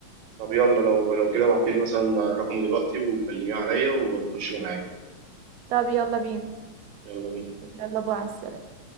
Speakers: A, on the right; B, on the right.
A: طب يلا لو لو كده ابعتي لي مثلا رقمه دلوقتي وكلميه عليا ونخش جمعيه
B: طب يلا بينا
A: يلا بينا
B: يلا بقى على السلامة